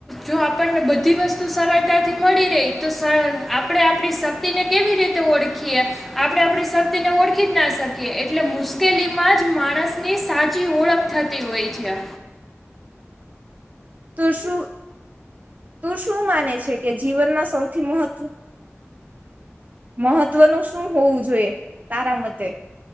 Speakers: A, in the centre; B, on the right.
A: જો આપણને બધી વસ્તુ સરળતાથી મળી રહી તો સ આપડે આપડી શક્તિને કેવી રીતે ઓળખીએ? આપડે આપડી શક્તિને ઓળખી જ ના શકીએ એટલે મુશ્કેલીમાં જ માણસની સાચી ઓળખ થતી હોય છે.
B: તું શું તું શું માને છે કે જીવનમાં સૌથી મહત્વ મહત્વનું શું હોવું જોઈએ તારા મતે?